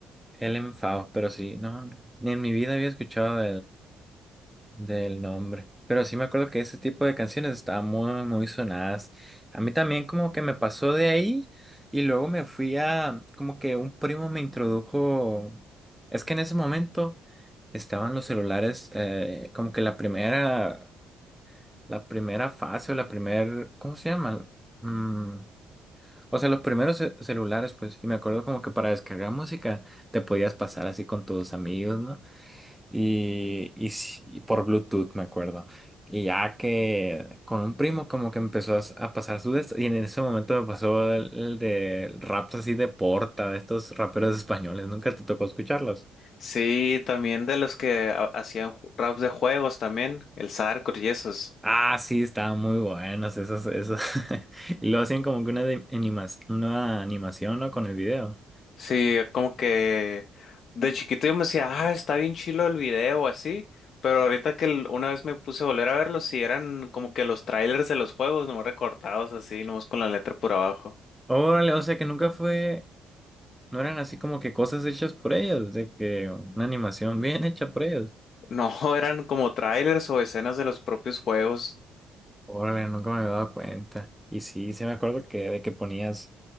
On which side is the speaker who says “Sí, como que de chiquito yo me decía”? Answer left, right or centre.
Left